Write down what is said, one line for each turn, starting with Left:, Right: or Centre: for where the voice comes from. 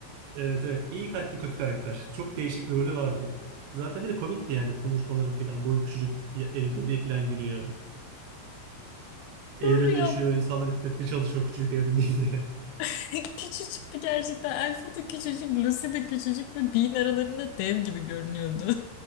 Right: Evet evet. İyi kalpli kötü karakter. Çok değişik bir rolü vardı. Zaten bir de komikti yani konuşmaları falan. Boyu küçücük bir eli deliğe falan giriyor. Evrimleşiyor.
Left: Doğru ya.
Right: insanlar etmeye çalışıyor küçücük evrimi diye. <laughs>
Left: <laughs> Küçücüktü gerçekten. Elfo da küçücük, Lucy de küçücük ve Bean aralarında dev gibi görünüyordu.